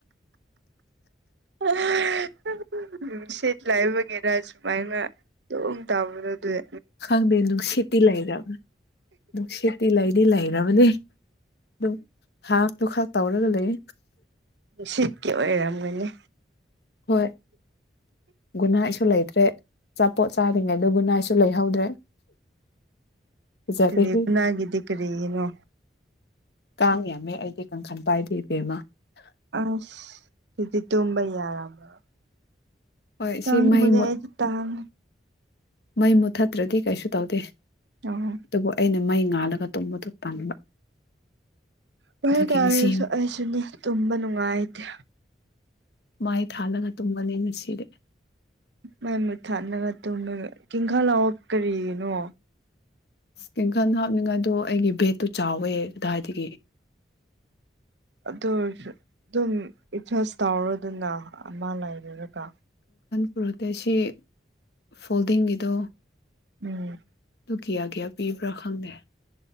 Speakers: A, on the right; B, on the left.
A: <unintelligible> ꯅꯨꯡꯁꯤꯠ ꯂꯥꯏꯕꯒꯤꯔ ꯁꯨꯃꯥꯏꯅ ꯑꯗꯨꯝ ꯇꯥꯕꯗꯣ ꯑꯗꯨꯗꯤ
B: ꯈꯪꯗꯦ ꯅꯨꯡꯁꯤꯠꯇꯤ ꯂꯩꯔꯝꯅꯦ ꯅꯨꯪꯁꯤꯠꯇꯤ ꯗꯤ ꯂꯩꯔꯕꯅꯤ ꯑꯗꯨ ꯍꯥꯇꯣ ꯈꯔ ꯇꯧꯔꯒ ꯂꯩ
A: ꯁꯤꯠꯀꯤ ꯑꯣꯏꯔꯝꯒꯅꯤ
B: ꯍꯣꯏ ꯒꯨꯗꯅꯥꯏꯠ ꯨ ꯂꯩꯇ꯭ꯔꯦ ꯑꯆꯥꯄꯣꯠ ꯆꯥꯗ꯭ꯔꯤꯉꯩꯗ ꯒꯨꯗꯅꯥꯏꯠꯁꯨ ꯂꯩꯍꯧꯗ꯭ꯔꯦ ꯐꯖꯔꯦꯍꯦ
A: ꯀꯔꯤ ꯍꯅꯗꯦ ꯀꯔꯤꯅꯣ
B: ꯀꯥꯡ ꯌꯥꯝꯃꯦ ꯑꯩꯗꯤ ꯀꯥꯡꯈꯟ ꯄꯥꯏꯗꯦ ꯏꯕꯦꯝꯃ
A: ꯑꯁ ꯑꯗꯨꯗꯤ ꯇꯣꯝꯕ ꯌꯥꯔꯝꯃꯔꯣꯏ
B: ꯍꯣꯏ
A: ꯇꯥꯡ
B: ꯁꯤ ꯃꯩ
A: ꯕꯨꯗꯤ
B: ꯃꯨꯠ
A: ꯑꯩꯗꯤ ꯇꯥꯡ
B: ꯃꯩ ꯃꯨꯠꯊꯠꯇ꯭ꯔꯗꯤ ꯀꯩꯁꯨ ꯇꯧꯗꯦ
A: ꯑꯣ
B: ꯑꯗꯨꯕꯨ ꯑꯩꯅ ꯃꯩ ꯉꯥꯜꯂꯒ ꯇꯨꯝꯕꯗꯨ ꯇꯟꯕ
A: <unintelligible>
B: ꯑꯗꯨꯒꯤ
A: ꯀꯥꯏꯔꯁꯨ
B: ꯉꯁꯤ
A: ꯑꯩꯁꯨꯅꯤ ꯇꯨꯝꯕ ꯅꯨꯡꯉꯥꯏꯇꯦ
B: ꯃꯩ ꯊꯥꯜꯂꯒ ꯇꯨꯝꯒꯅꯤ ꯉꯁꯤꯗꯤ
A: ꯃꯩ ꯃꯨꯠꯊꯠꯂꯒ ꯇꯨꯝꯔꯒ <unintelligible> ꯀꯔꯤꯒꯤꯅꯣ
B: ꯀꯥꯡꯈꯟ ꯍꯥꯞꯅꯤꯡꯉꯥꯏꯗꯣ ꯑꯩꯒꯤ ꯕꯦꯗꯇꯣ ꯆꯥꯎꯋꯦ ꯀꯗꯥꯏꯗꯒꯤ
A: ꯑꯗꯨ ꯑꯣꯏꯔꯁꯨ ꯑꯗꯨꯝ ꯑꯦꯠꯖꯁ ꯇꯧꯔꯗꯅ ꯑꯃ ꯂꯩꯔꯔꯒ
B: ꯄ꯭ꯔꯣꯇꯦꯁꯤ ꯐꯣꯜꯗꯤꯡꯒꯤꯗꯣ
A: <unintelligible>
B: ꯑꯗꯨ ꯀꯤꯌꯥ ꯀꯌꯥ ꯄꯤꯕ꯭ꯔꯥ ꯈꯪꯗꯦ